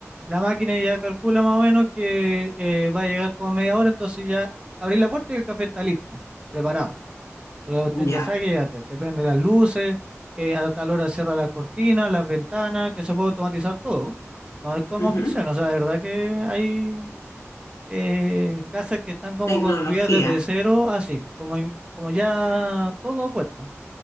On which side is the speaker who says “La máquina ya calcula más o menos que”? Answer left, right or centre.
Right